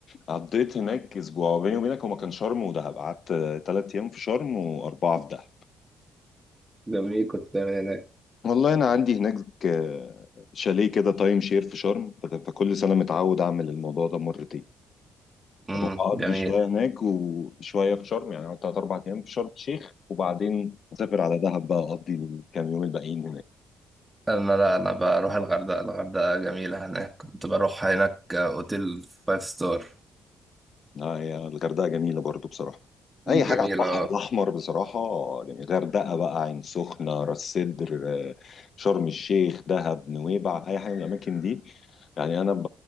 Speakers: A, on the left; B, on the right.
A: قضيت هناك اسبوع بيني وبينك هو كان شرم ودهب قعدت ثلاث ايام في شرم واربعة في دهب
B: جميل كنت دايما هناك
A: والله انا عندي هناك آه، شاليه كده تايم شير في شرم فت- فكل سنة متعود اعمل الموضوع ده مرتين
B: امم
A: اروح اقضي
B: جميل
A: شوية هناك وشوية في شرم يعني أقعد تلات اربع ايام في شرم الشيخ وبعدين اسافر على دهب بقى اقضي الكام يوم الباقيين هناك
B: انا لا انا بروح الغردقه الغردقه جميله هناك كنت بروح هناك اوتيل فايف ستار
A: اه يا الغردقه جميله برضو بصراحه اي حاجه
B: جميله
A: على البحر الاحمر بصراحه يعني غردقه بقى عين سخنه راس سدر آه، شرم الشيخ دهب نويبع اي حاجه من الاماكن دي يعني انا ب...